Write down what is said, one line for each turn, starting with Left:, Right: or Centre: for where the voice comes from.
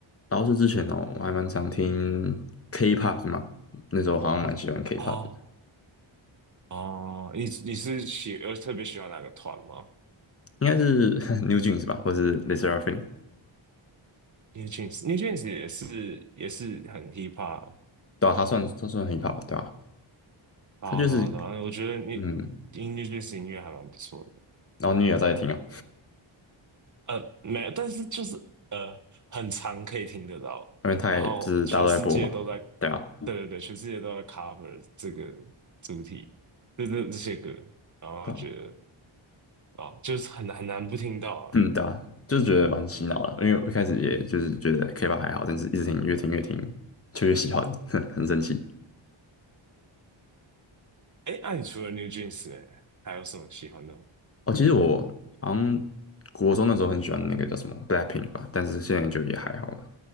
Left: 然后是之前哦，我还蛮常听 K-pop 的嘛，那时候好像蛮喜欢 K-pop
Right: 哦
Left: 的，
Right: 哦，你你是喜呃特别喜欢哪个团吗？
Left: 应该是 <laughs> New Jeans 吧，或是 l e s s e r a f i m
Right: New Jeans，New Jeans 也是也是很 hip hop
Left: 对啊，他算他算 hip hop 对吧？
Right: 啊，
Left: 他就是
Right: 对啊对啊我觉得 New
Left: 嗯，
Right: New Jeans 音乐还蛮不错的，
Left: 然后你也有在听哦，
Right: 呃，没，有，但是就是呃，很常可以听得到，
Left: 因为他也就是大家都在播嘛，
Right: 然后全世界都在，
Left: 对啊，
Right: 对对对，全世界都在 cover 这个主题，这这这些歌，然后觉得
Left: 对啊，
Right: 啊，就是很很难不听到啊。
Left: 嗯，对啊，就是觉得蛮洗脑的，因为我一开始也就是觉得 K-pop 还好，但是一直听越听越听就越喜欢，<laughs> 很神奇。
Right: 哎，那、你除了 New Jeans，哎，还有什么喜欢的吗
Left: 哦，其实我好像国中那时候很喜欢那个叫什么 Blackpink 吧，但是现在就也还好了，